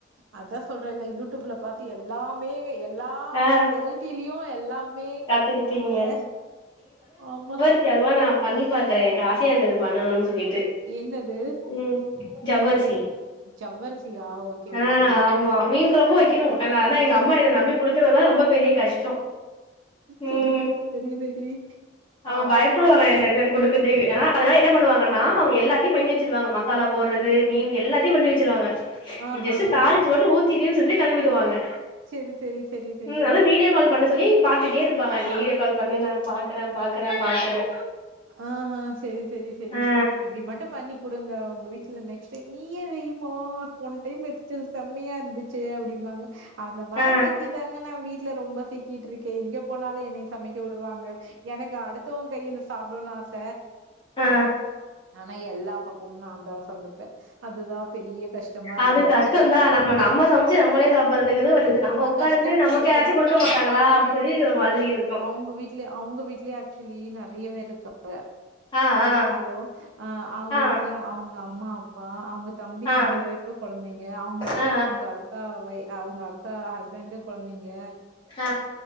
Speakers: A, on the right; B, on the left.
A: அதா சொல்றேல யூ ட்யூப்ல பாத்து எல்லாம் மே எல்லா
B: ஆ
A: வெரைட்டீலயு எல்லாமே கத்து
B: கத்துக்கிட்டீங்க
A: வெச்சுருக்கே ஆமா
B: செரி அல்வா நா பண்ணி பாக்குறே எனக்கு ஆசயா இருக்கு அது பண்ணனோனு சொல்லீட்டு
A: என்னது
B: ம் ஜவ்வரிசி
A: ஜவ்வர்சியா ஓகே
B: ஆ
A: ஓகே
B: ஆமா மீன் கொழம்பு வெக்கிணு ஆனா ஆனா எங்க அம்மா என்ன நம்மி குடுக்குறதா ரொம்ப பெரிய கஷ்டோ ம்
A: செரி செரி செரி செரி
B: அவுங்க
A: ஆ
B: பயப்படுவாங்க என்னது குடுக்குது ஆ அதனால என்ன பண்ணுவாங்கன்னா அவுங்க எல்லாத்தியு பண்ணி வெச்சடுவாங்கம்மா வல போடுறது மீன் எல்லாத்தயு பண்ணி வெச்சிருவாங்க
A: ஆஹா
B: நீ ஜெஸ்ட்டு தாள் ச்சு மட்டு ஊத்தீடுனு சொல்லி கெளம்பிடுவாங்க
A: செரி செரி செரி செரி
B: ம் அது வீடியோ கால் பண்ண சொல்லி பாத்துட்டே இருப்பாங்க நீ வீடியோ கால் பண்ணு நா பாக்குறே பாக்குறே பாக்குறே
A: ஆஹா சேரி சேரி சேரி
B: ஆ
A: இப்டி மட்டு பண்ணி குடுங்க உங்க வீட்ல நெக்ஸ்ட் டைம் நீயே வெயுமா போன டைம் வெச்சது செம்மையா இருந்துச் ச்சு அப்டீம்பாங்க அந்த மார்தா
B: ஆ
A: சிக்கிற்றாங்க நா வீட் ட்ல ரொம்ப சிக்கீட்ருக்கே இங்க போனாலு என்னய சமைக்க வுடுவாங்க எனக்கு அடுத்தவ கையில சாப்டோன் ஆச
B: ஆ
A: ஆனா எல்லா பக்கமு நாந்தா சமைப்பே அதுதா பெரிய கஷ்டமா இருக்கு
B: அது
A: எனக்கு
B: கஷ்டந்தா நம்ம நம்ம சமைச்சு நம்மளே சாப்புறதுங்கிறது ஒரு இது நம்ம உக்காந்து
A: கஷ்டமா
B: நமக்கு
A: இருக்குது
B: யாராச்சு குடுக்க மாட்டாங்களா
A: ஆனா
B: அப்டி சொல்லி ஒரு
A: ஆ
B: மாதிரி இருக்கு
A: அவுங்க வீட் ட்ல அவுங்க வீட்லே ஆக்சுவலி நெறைய பேருக்கா அவுங்க
B: ஆ ஆ
A: ஹலோ ஆ அவுங்க
B: ஆ
A: வீட்ல அவுங்க அம்மா அப்பா அவுங் தம்பி
B: ஆ
A: தம்பி ஒய்ஃப் ப்ப கொழந்தைங்க அவுங்க அக்கா
B: ஆ
A: அவுங்க அக்கா வை அவுங்க அக்கா ஹஸ்பண்டு கொழந்தைங்க
B: ஆ